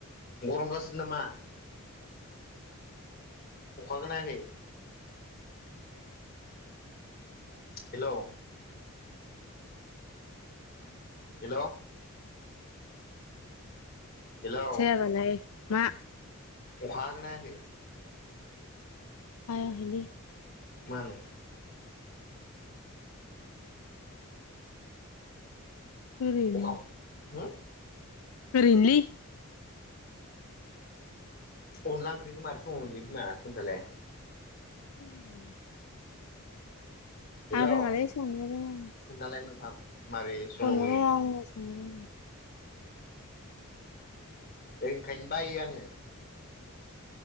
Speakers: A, on the left; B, on the left.
A: गरमगासिनो नामा? अखाखो नायाखै? हेल'? हेल'? हेलौ
B: साया बालाय। मा?
A: अखा हागोना हायाखै?
B: हायाखैलै।
A: मानो?
B: ओरैनो
A: अखाव हो?
B: ओरैनोलै।
A: अनला ओंख्रिखौ मारै सङोलै बिमा खोनथालाय।
B: <unintelligible>
A: हेल'
B: आं रोङालै संनो रोङा
A: खोन्थालाय नोंथां। मारै सङोमोन
B: संनो रोङा आङो संनो रोङा।
A: ओंखायनो बायो आङो।